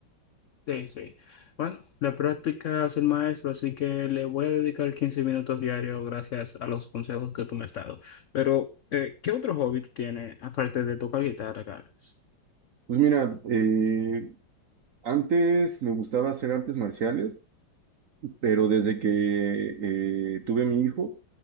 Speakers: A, on the left; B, on the right.
A: sí, sí. Bueno, la práctica es el maestro, así que le voy a dedicar 15 minutos diarios gracias a los consejos que tú me has dado. Pero, eh, ¿qué otro hobby tú tienes aparte de tocar guitarra, Carlos?
B: Pues mira, eh, Antes me gustaba hacer artes marciales, pero desde que eh, tuve a mi hijo,